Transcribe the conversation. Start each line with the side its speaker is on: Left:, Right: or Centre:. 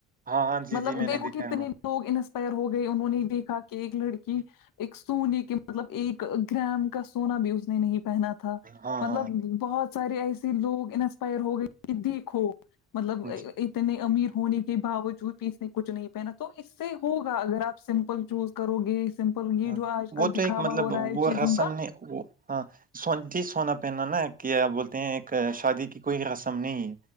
Right: ہاں ہاں جی
Left: مطلب
Right: جی میں
Left: دیکھو
Right: نے دیکھا
Left: کتنے
Right: ہے وہ
Left: لوگ انسپائر ہو گئے انہوں نے دیکھا کہ ایک لڑکی ایک سونے کے مطلب ایک گرم کا سونا بھی اس نے نہیں پہنا تھا
Right: ہاں
Left: مطلب
Right: ہاں
Left: بہت سارے ایسے لوگ انسپائر ہو گئے کہ دیکھو مطلب
Right: جی
Left: اتنے امیر ہونے کے باوجود بھی اس نے کچھ نہیں پہنا تو اس سے ہوگا اگر آپ سمپل چوز کرو گے سمپل یہ
Right: ہاں
Left: جو آج کل
Right: وہ
Left: دکھاوا
Right: تو ایک مطلب
Left: ہو رہا ہے
Right: وہ
Left: چیزوں
Right: رسم
Left: کا
Right: نے وہ ہاں سو جی سونا پہننا نا کیا بولتے ہیں ایک شادی کی کوئی رسم نہیں ہے